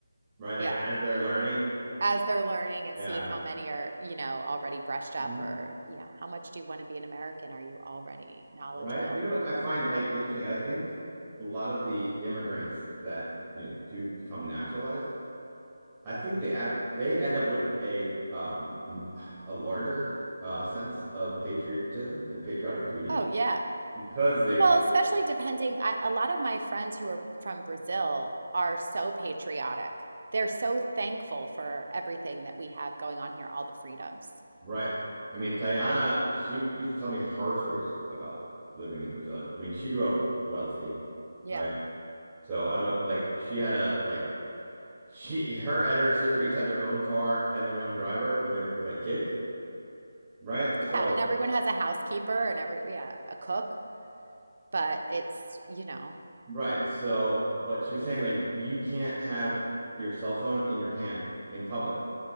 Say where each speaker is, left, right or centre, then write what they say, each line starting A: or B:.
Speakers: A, on the right; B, on the right.
A: right? Like
B: Yeah.
A: as they're learning,
B: As they're learning and
A: yeah.
B: see how many are, you know, already brushed
A: Mhm.
B: up or, you know, how much do you want to be an American? Are you already knowledgeable?
A: Right. You know what I find is like interesting. I think a lot of the immigrants that, you know, do become naturalized, I think they ab- they end up with a um m- a larger uh sense of patriotism and patriotic duty
B: Oh, yeah.
A: because they
B: Well, especially depending, I, a lot of my friends who are from Brazil are so patriotic. They're so thankful for everything that we have going on here, all the freedoms.
A: right. I mean, Tayana, she used to tell me horror stories about living in Brazil. I mean, she grew up wealthy,
B: Yeah.
A: right? So I don't know, like she had a like she her and her sister each had their own car and their own driver when they were like kids. Right? So,
B: Yeah, and everyone has a housekeeper and every yeah, a cook. but it's, you know,
A: right. So, but she was saying like you can't have your cell phone in your hand in public